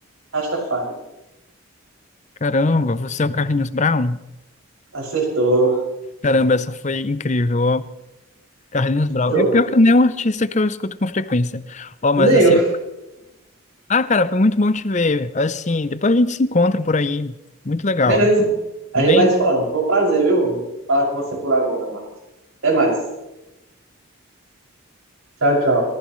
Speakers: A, on the right; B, on the left.
A: Rastafari.
B: Caramba, você é o Carlinhos Brown?
A: Acertou.
B: Caramba, essa foi incrível, ó. Carlinhos Brown.
A: Show.
B: Eu, pior que não é um artista que eu escuto com frequência. Ó, mas
A: Nem
B: assim,
A: eu.
B: ó. ah, cara, foi muito bom te ver. Assim, depois a gente se encontra por aí. Muito legal.
A: Beleza. A
B: Tudo
A: gente
B: bem?
A: vai se falando. Foi um prazer, viu? Falar com você por agora, Marcos. Até mais. Tchau, tchau.